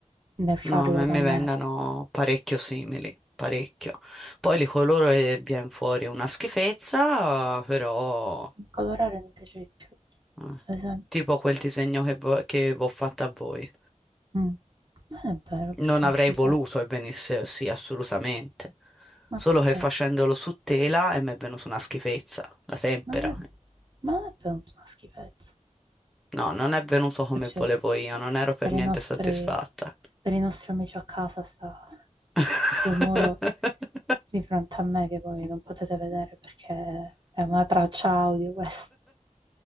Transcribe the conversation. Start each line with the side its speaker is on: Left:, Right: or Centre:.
Right: né farlo
Centre: No, a me
Right: da
Centre: mi
Right: me.
Centre: vengano parecchio simili, parecchio. Poi li coloro e viene fuori una schifezza, però
Right: Colorare mi piace di più,
Centre: eh,
Right: ad esempio.
Centre: tipo quel disegno che, vo- che vi ho fatto a voi.
Right: Mm. Non è vero, perché
Centre: Non
Right: è
Centre: avrei
Right: una schifezza.
Centre: voluto che venisse così, assolutamente.
Right: Ma
Centre: Solo
Right: perché?
Centre: che facendolo su tela e mi è venuta una schifezza, la tempera.
Right: Ma non è, ma non è per una schifezza.
Centre: No, non è venuto come
Right: cioè,
Centre: volevo io, non ero per
Right: per
Centre: niente
Right: i nostri,
Centre: soddisfatta.
Right: per i nostri amici a casa sta
Centre: <laughs>
Right: sul muro di fronte a me che voi non potete vedere perché è una traccia audio questa,